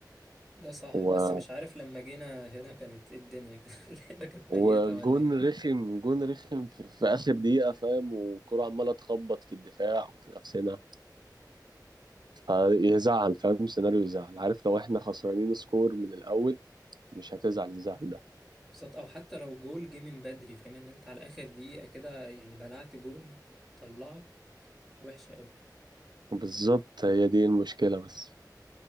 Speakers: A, in the centre; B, on the right (about 75°).
A: ده صح
B: و...
A: بس مش عارف لما جينا هنا كانت ايه الدنيا كده <laughs> اللعبة كانت ميتة
B: وجون
A: ولا ايه
B: رخم جون رخم في... في اخر دقيقه فاهم والكره عماله تخبط في الدفاع وفي نفسنا فيزعل فاهم سيناريو يزعل عارف لو احنا خسرانين سكور من الاول مش هتزعل الزعل ده
A: بالظبط او حتى لو جول جه من بدري فاهم ان انت على اخر دقيقة كده يعني بلعت جول طلعك وحشة قوي
B: بالظبط هي دي المشكله بس